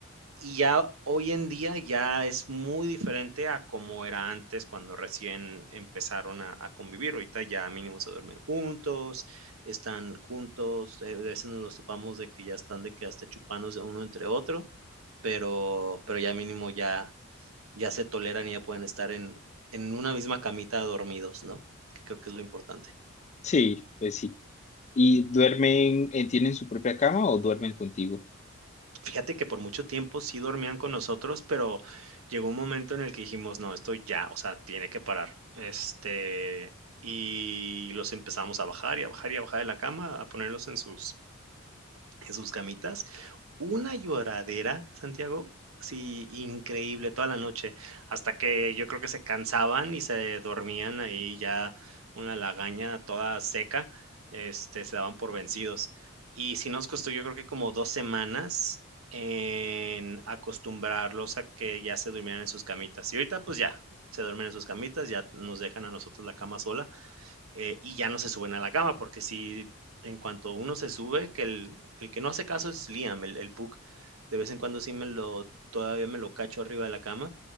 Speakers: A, on the right (about 80°); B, on the left (about 35°).
A: Y ya hoy en día ya es muy diferente a como era antes cuando recién empezaron a a convivir. Ahorita ya mínimo se duermen juntos, están juntos, eh, a veces nos los topamos de que ya están de que hasta chupándose uno entre otro, pero pero ya mínimo ya ya se toleran y ya pueden estar en en una misma camita dormidos, ¿no? Que creo que es lo importante.
B: sí, pues sí. ¿Y duermen, eh, tienen su propia cama o duermen contigo?
A: Fíjate que por mucho tiempo sí dormían con nosotros, pero llegó un momento en el que dijimos: "No, esto ya, o sea, tiene que parar". Este, y los empezamos a bajar, y a bajar, y a bajar de la cama, a ponerlos en sus en sus camitas. Una lloradera, Santiago, sí, increíble, toda la noche, hasta que yo creo que se cansaban y se dormían ahí ya una lagaña toda seca, este, se daban por vencidos. Y sí nos costó, yo creo que como 2 semanas en acostumbrarlos a que ya se durmieran en sus camitas. Y ahorita, pues ya, se duermen en sus camitas, ya nos dejan a nosotros la cama sola, eh, y ya no se suben a la cama, porque si en cuanto uno se sube, que el, el que no hace caso es Liam, el, el Pug. De vez en cuando sí me lo, todavía me lo cacho arriba de la cama,